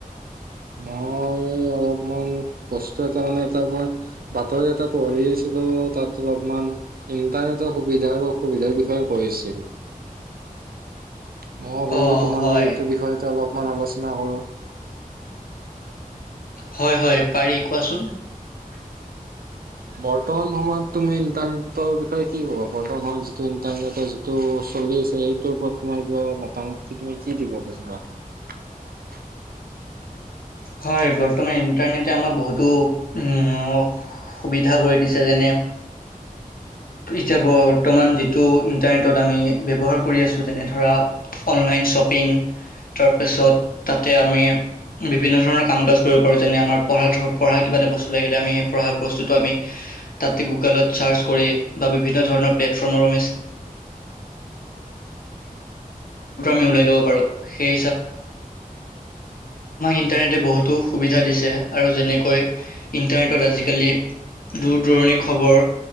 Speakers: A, on the right; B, on the left.
A: মই অলপমান বস্তু এটা মে এটা মই বাতৰি এটা পঢ়ি আছিলো তাত অলপমান ইন্টাৰনেটৰ সুবিধা আৰু অসুবিধাৰ বিষয়ে কৈ আছিলো মই ভাবিলো
B: অ
A: তোমাৰ
B: হয়
A: লগত এইটো বিষয়তে অলপ <unintelligible> অকমান আলোচনা কৰো
B: হয় হয় পাৰি পাচোন <unintelligible>
A: বৰ্তমান সময়ত তুমি ইন্টাৰনেটৰ বিষয়ে কি কবা বৰ্তমান সময়ত যিটো ইন্টাৰনেটৰ যিটো চলি আছে সেইটোৰ ওপৰত তোমাৰ কিবা মাম তুমি কি দিব খুজিবা <unintelligible>
B: হয় বৰ্তমান ইন্টাৰনেটে আমাক বহুতো উ সুবিধা কৰি দিছে যেনে এতিয়া বৰ্তমান টো ইণ্টাৰনেটত আমি ব্যৱহাৰ কৰি আছোঁ যেনে ধৰা অনলাইন শ্বপিং তাৰপিছত তাতে আমি আৰু বিভিন্ন ধৰণৰ কাম ক কৰিব পাৰোঁ যেনে আমাৰ পঢ়া পঢ়া কিবা এটা বস্তু লাগিলে আমি সেই পঢ়া বস্তুটো আমি তাতে গুগলত চাৰ্চ কৰি বা বিভিন্ন ধৰণৰ প্লেটফৰ্মৰ আমি উ ইণ্টাৰনেটে বহুতো সুবিধা দিছে আৰু যেনেকৈ ইণ্টাৰনেটত আজিকালি দূৰ দূৰণিৰ খবৰ